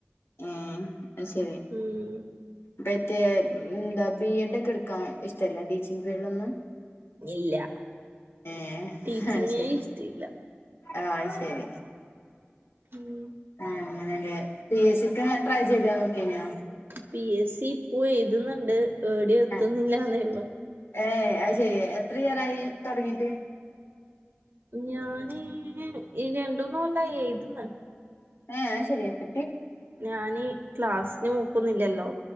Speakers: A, on the left (about 70°); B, on the right (about 55°).
A: ഉം അത് ശരി
B: ഉം
A: മറ്റേ എന്താ ബി എഡ് ഒക്കെ എടുക്കാൻ ഇഷ്ടല്ലേ ടീച്ചിങ് ഫീൽഡൊന്നും
B: ഇല്ല
A: ഏഹ്
B: ടീച്ചിങ്ങേ
A: അത് ശരി
B: ഇഷ്ടയില്ല
A: ആഹ് അയ്ശരി
B: ഉം
A: ആഹ് അങ്ങനെല്ലേ പി എസ് സിക്ക് ട്രൈ ചെയ്ത് നോക്കിനോ
B: പി എസ് സി ഇപ്പൊ എഴുതുന്നുണ്ട് എടെയും എത്തുന്നില്ലന്നേ
A: ആഹ്
B: ഉള്ളു
A: ഏഹ് അത് ശരി എത്ര ഇയറായി തുടങ്ങീട്ട്
B: ഞാന് രണ്ടൂന്ന് കൊല്ലായി എഴുത്‌ന്ന്
A: ഏഹ് അത് ശരിയാക്
B: ഞാന് ക്ലാസിന് പോക്കൊന്നും ഇല്ലല്ലോ